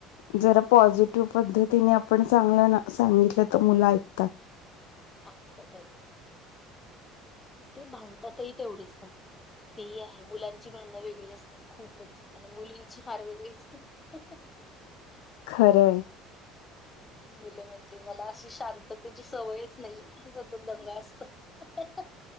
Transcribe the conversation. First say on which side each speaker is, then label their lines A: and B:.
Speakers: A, on the left; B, on the left.
A: जरा पॉझि टिव्ह पद्धतीने आपण सांगा ना. सांगितलं तर मुलं ऐकतात.
B: ऐकतात, ऐकतात. ते भांडतातही तेवढीच पण तेही आहे मुलांची भांडणं वेगळी नस खूपच आणि मुलींची फार वेगळी असते. <inaudible>
A: खरं हाय.
B: मुलं म्हणजे मला अशी शांततेची सवयच नाही. इथं सतत दंगा असतो. <inaudible>